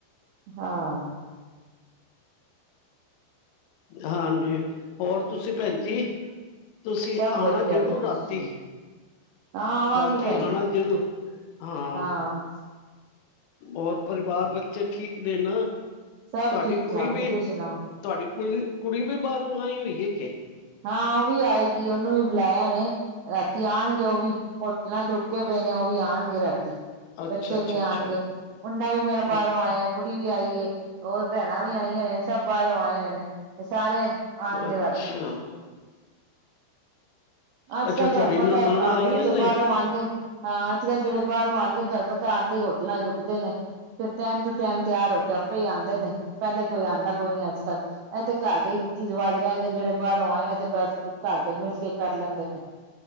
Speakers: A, on the right (about 85°); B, on the left (about 80°).
A: ਹਾਂ।
B: ਹਾਂਜੀ। ਹੋਰ ਤੁਸੀਂ ਭੈਣ ਜੀ। ਤੁਸੀ
A: ਸਭ
B: ਆਣਾ
A: ਵਧੀਆ
B: ਜ਼ਰੂਰ
A: ਜੀ ਤੁਸੀਂ
B: ਰਾਤੀ।
A: ਹਾਂ ਆਵਾਂਗੀ
B: ਰਾਤੀ
A: ਭੈਣ
B: ਆਣਾ
A: ਜੀ
B: ਜਰੂਰ ਹਾਂ।
A: ਹਾਂ।
B: ਹੋਰ ਪਰਵਾਰ ਬੱਚੇ ਠੀਕ ਨੇ ਨਾ
A: ਸਭ
B: ਤੁਹਾਡੀ
A: ਠੀਕ
B: ਕੁੜੀ
A: ਠਾਕ
B: ਵੀ
A: ਤੁਸੀਂ ਸੁਣਾਓ
B: ਤੁਹਾਡੀ ਕੁੜੀ ਕੁੜੀ ਵੀ ਬਾਰੋਂ ਆਈ ਹੋਈ ਏ ਕੇ
A: ਹਾਂ ਓ ਵੀ ਆਏਗੀ ਓਨੂੰ ਵੀ ਬੁਲਾਇਆ ਵੈ ਰਾਤੀ ਆਣਗੇ ਉਹ ਵੀ ਰਾ ਚ ਰੁਕੇ ਪਏ ਨੇ ਓ ਵੀ ਆਣਗੇ ਰਾਤੀ।
B: ਅੱਛਾ
A: ਬੱਚੇ
B: ਅੱਛਾ
A: ਵੀ
B: ਅੱਛਾ
A: ਆਣਗੇ ਮੁੰਡਾ ਵੀ ਮੇਰਾ ਬਾਰੋਂ
B: ਅੱਛਾ
A: ਆਇਆ ਕੁੜੀ ਵੀ ਆਈ ਏ। ਹੋਰ ਭੈਣਾਂ ਵੀ ਆਈਆਂ ਹੋਈ। ਸਭ ਬਾਰੋਂ ਆਏ ਹੋਏ ਨੇ ਤੇ ਸਾਰੇ ਆਣਗੇ
B: ਅੱਛਾ
A: ਰਾਤੀ ਅੱਜ
B: ਅੱਛਾ
A: ਕੱਲ
B: ਤੁਹਾਡੀ
A: ਤੁਹਾਨੂੰ ਪਤਾ
B: ਨਨਾਣਾ
A: ਹੈ
B: ਆਈਆਂ
A: ਬੱਚੇ
B: ਨੇ
A: ਬਾਹਰੋਂ ਆਂਦੇ ਹਾਂ ਅੱਜ ਕੱਲ੍ਹ ਜਿਹੜੇ ਬਾਹਰੋਂ ਆਂਦੇ ਨੇ ਦ ਪਤਾ ਆਂਦੇ ਹੀ ਹੋਟਲਾਂ ਚ ਰੁਕਦੇ ਨੇ ਫਿਰ ਟਾਈਮ ਟੂ ਟਾਈਮ ਤਿਆਰ ਹੋ ਕੇ ਆਪੇ ਹੀ ਆਉਂਦੇ ਨੇ ਪਹਿਲੇ ਕੋਈ ਆਉਂਦਾ ਕੋਈ ਨਹੀਂ ਅੱਜ ਕੱਲ ਇਹ ਤੇ ਘਰਦੇ ਹੀ ਵਾਜ਼ ਰਹਿ ਗਏ ਨੇ ਜਿਹੜੇ ਬਾਹਰੋਂ ਆਏ ਨੇ ਤੇ ਪੈਸ ਘਰ ਦੇ ਮਿਲ ਕੇ ਕਰ ਲੈਂਦੇ ਨੇ